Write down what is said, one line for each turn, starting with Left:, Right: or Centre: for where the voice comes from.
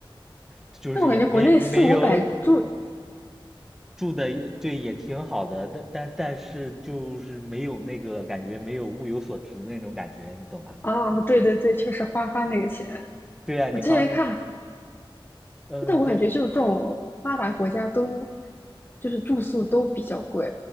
Centre: 就是也没没有
Left: 那我感觉国内四五百住，
Centre: 住的也对也挺好的，但但但是就是没有那个感觉，没有物有所值的那种感觉，你懂吧？
Left: 哦，对对对，确实花花那个钱。
Centre: 对啊，你花
Left: 我之前看，
Centre: 嗯，
Left: 但我感觉就是这种发达国家都
Centre: 对，
Left: 就是住宿都比较贵，